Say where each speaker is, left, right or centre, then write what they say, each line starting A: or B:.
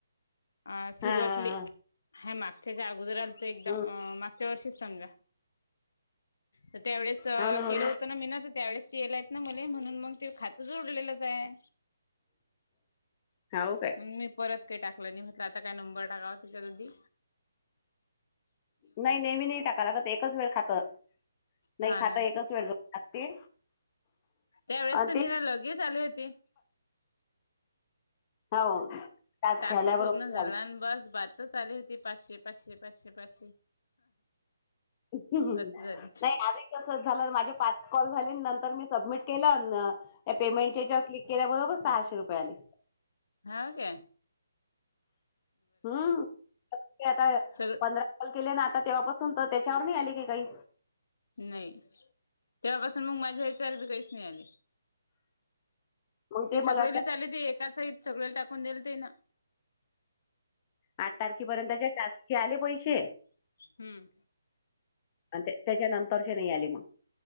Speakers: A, on the left; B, on the left.
A: अ सुरुवातली
B: हा हा हा.
A: हा मागच्याच्या अगोदर आला तर एकदाम
B: हम्म.
A: माग वर्षी समजा तर त्यावेळेस
B: हाव ना हाव
A: केलं होत ना मी ना तर त्यावेळेस येलायत ना मले म्हणून मग ते खातच उओडलेलंच आहे
B: हाव काय
A: मम परत काही टाकलं नाही म्हटलं आता काय नंबर टाकावा तिच्याती
B: नाही नेहमी नाही टाका लागत एकच वेळ खात नाही
A: हा
B: खात
A: ना
B: एकच
A: तेच
B: वेळ ते
A: त्यावेळेस
B: आणि
A: तर निरा लगेच आली होती
B: हो
A: टास्क
B: झाल्याबरोबर
A: पूर्ण झाला
B: घालते
A: आणि बस ब तर आली होती पाचशे पाचशे पाचशे पाचशे
B: नाही
A: बात झाली
B: आ कस झालं माझे पाच कॉल झाले नंतर मी सबमिट केलं या पेमेंटच्यावर क्लिक केल्या बरोबर सहाशे रुपये आले
A: हा काे
B: हम्म आता
A: सगळं
B: पंधराल केले ना आता तेव्हापासून तर त्याच्यावर नाही आले काी काही
A: नाही तेव्हापासून मग माझ्या वि चार बी काहीच नाही आले
B: मग
A: ते
B: मला
A: सगळेला
B: वाटतं
A: चाले ते एका साहित सगळेला टाकून दल ते ना
B: आठ तारखेपर्यंतच्या टास्कचे आले पैसेे
A: हम्म
B: आणि त्याच्या नंतरचे नाही आले मग